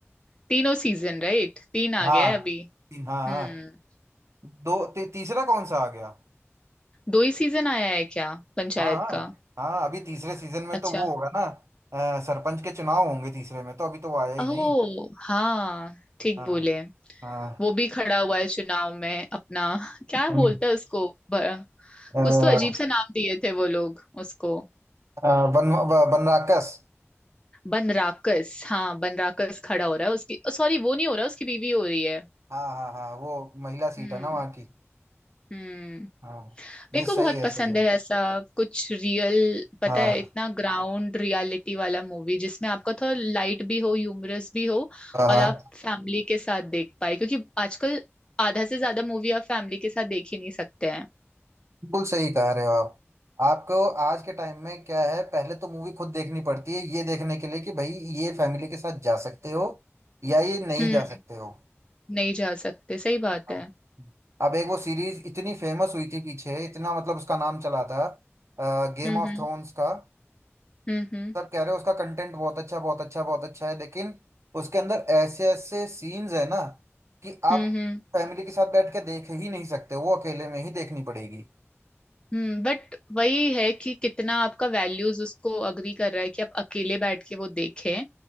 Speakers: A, on the left; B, on the right.
A: तीनों सीजन राइट तीन आ
B: हाँ
A: गया है अभी
B: हाँ
A: हम्म
B: दो ती, तीसरा कौन सा आ गया
A: दो ही सीजन आया है क्या पंचायत
B: हाँ हाँ
A: का
B: हाँ अभी तीसरे सीजन में
A: अच्छा
B: तो वो होगा ना अ, सरपंच के चुनाव होंगे तीसरे में तो अभी तो वो आया ही
A: ओह
B: नहीं
A: हाँ ठीक
B: हाँ
A: बोले
B: हाँ
A: वो भी खड़ा हुआ है चुनाव में अपना क्या
B: हम्म,
A: बोलता है उसको ब-
B: अ,
A: कुछ तो अजीब सा नाम दिए थे वो लोग उसको
B: अ, बन ब- बनराकस
A: बनराकस हाँ बनराकस खड़ा हो रहा है उसकी सॉरी वो नहीं हो रहा उसकी बीवी हो रही है
B: हाँ हाँ हाँ वो महिला सीट
A: हम्म
B: है ना वहाँ की
A: हम्म
B: हाँ
A: मेरे
B: नहीं
A: को
B: सही
A: बहुत
B: है
A: पसंद
B: सही है
A: है ऐसा कुछ रियल पता
B: हाँ
A: है इतना ग्राउंड रियलिटी वाला मूवी जिसमें आपका थोड़ा लाइट भी हो ह्यूमरस भी हो
B: हाँ हाँ
A: और आप फैमिली के साथ देख पाए क्योंकि आजकल आधा से ज्यादा मूवी आप फैमिली के साथ देख ही नहीं सकते हैं
B: बिल्कुल सही कह रहे हो आप आपको आज के टाइम में क्या है पहले तो मूवी खुद देखनी पड़ती है ये देखने के लिए कि भाई ये फैमिली के साथ जा सकते हो या ये नहीं
A: हम्म
B: जा सकते हो
A: नहीं जा सकते सही बात
B: हाँ।
A: है
B: अब एक वो सीरीज इतनी फेमस हुई थी पीछे इतना मतलब उसका नाम चला था गेम
A: हम्म
B: ऑफ
A: हम्म
B: थ्रोन्स का
A: हम्म हम्म
B: सब कह रहे हो उसका कंटेंट बहुत अच्छा बहुत अच्छा बहुत अच्छा है लेकिन उसके अंदर ऐसे ऐसे सीन्स है ना कि आप
A: हम्म हम्म
B: फैमिली के साथ बैठ के देख ही नहीं सकते वो अकेले में ही देखनी पड़ेगी
A: हम्म बट वही है कि कितना आपका वैल्यूज उसको अग्री कर रहा है कि आप अकेले बैठ के वो देखें